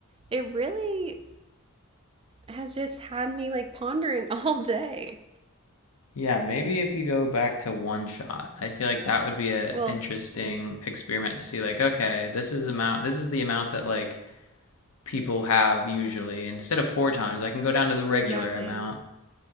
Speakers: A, on the right; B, on the left.
A: it really has just had me like pondering <laughs> all day.
B: Yeah, maybe if you go back to one shot, I feel like that would be a
A: Well,
B: interesting experiment to see like, okay, this is amount this is the amount that like people have usually. Instead of four times, I can go down to the regular
A: exactly.
B: amount,